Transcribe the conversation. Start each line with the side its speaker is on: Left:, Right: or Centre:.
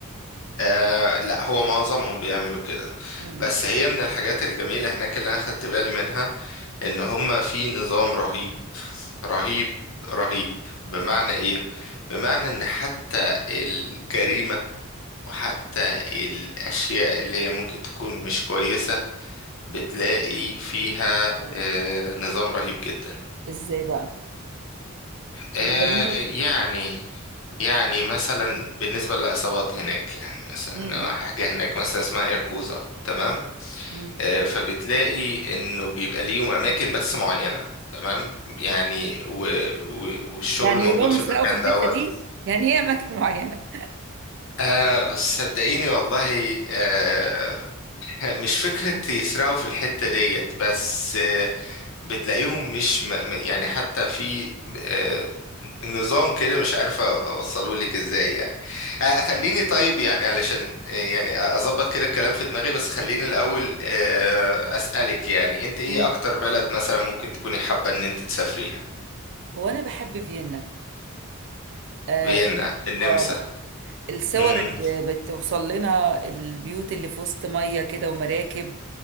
Left: آه لا هو معظمهم بيعملوا كده
Right: مم.
Left: بس هي من الحاجات الجميلة هناك اللي انا خدت بالي منها ان هما في نظام رهيب رهيب رهيب بمعنى ايه بمعنى ان حتى الجريمة وحتى الاشياء اللي هي ممكن تكون مش كويسة بتلاقي فيها آه، نظام رهيب جدا
Right: إزاي بقى
Left: آه،
Right: الجريمة
Left: يعني يعني مثلا بالنسبة للعصابات هناك يعني مثلا
Right: مم.
Left: حاجة هناك مثلا اسمها ياكوزا تمام
Right: مم.
Left: آه، فبتلاقي انه بيبقى ليهم اماكن بس معينة تمام يعني و... و... والشغل
Right: يعني
Left: موجود
Right: يقول لهم
Left: في
Right: اسرقوا
Left: المكان
Right: في الحته
Left: دوت
Right: دي يعني هي اماكن معينه
Left: آه، صدقيني والله آه، <laughs> مش فكرة يسرقوا في الحتة ديت بس آه، بتلاقيهم مش م... م- يعني حتى في آه، نظام كده مش عارف اوصله لك ازاي يعني آه، خليني طيب يعني علشان آه، يعني اظبط كده الكلام في دماغي بس خليني الاول آه، اسالك يعني انت ايه
Right: مم.
Left: اكتر بلد مثلا ممكن تكوني حابه ان انت تسافريها
Right: هو انا بحب فيينا اه
Left: فيينا النمسا
Right: آه، الصور
Left: مم.
Right: اللي بتوصل لنا البيوت اللي في وسط ميه كده ومراكب